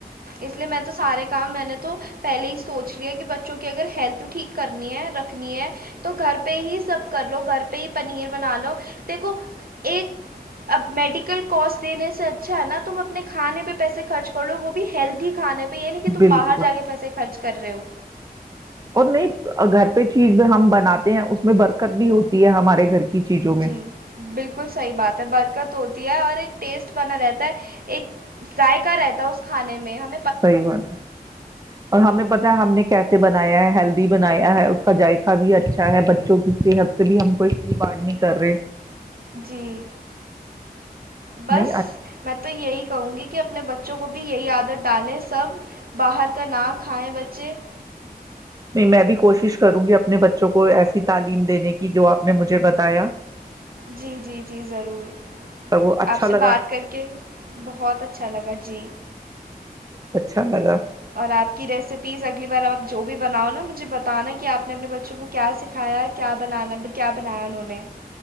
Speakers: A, on the right; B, on the right.
A: اس لیے میں تو سارے کام میں نے تو پہلے ہی سوچ لیا کہ بچوں کی اگر ہیلتھ ٹھیک کرنی ہے رکھنی ہے تو گھر پہ ہی سب کر لو گھر پہ ہی پنیر بنا لو دیکھو ایک اب میڈیکل کوس دینے سے اچھا ہے نا تم اپنے کھانے پہ پیسے خرچ کر لو وہ بھی ہیلدی کھے پہ تو یہ نہیں کہ تم
B: بالکل
A: باہر جا کے پیسے خرچ کر رہے ہو
B: اور نہیں گھر پہ چیز ہم بناتے ہیں اس میں برکت بھی ہوتی ہے ہمارے گھر کی چیزوں میں
A: جی بالکل صحیح بات ہے برکت ہو ہے اور ایک ٹیسٹ بنا رہتا ہے ایک ذائقہ رہتا ہے اس کھانے میں ہم
B: صحیح بات ہے اور ہمیں پتا ہے ہم نے کیسے ب بنایا ہے ہیلدی بنایا ہے اس کا ذقہ بھی اچھا ہے بچوں کی صحت سے بھی ہم کوئی کھیری باڑ نہیں کر رہے
A: جی بس
B: نہیں نہیں
A: میں تو یہی کہوں گی کہ اپنے بچوں کو بھی یہی عادت ڈالیں سب باہر کا نہ کھائیں بچے
B: نہیں میں بھی کوشش کروں گی اپنے بچوں کو ایسی تعلیم دینے کی جو آپ نے مجھے بتایا
A: جی جی جی ضرور
B: تو وہ اچھا
A: آپ سے
B: لگا
A: بات کر کے بہت اچھا لگا جی
B: چھا لگا
A: اور آپ کی ریسیپیز اگلی بار ا آپ جو بھی بناؤ نا مجھے بتانا کہ آپ نے اپنے بچوں کو کیا سکھایا کیا بنانا کیا بنایا انہوں نے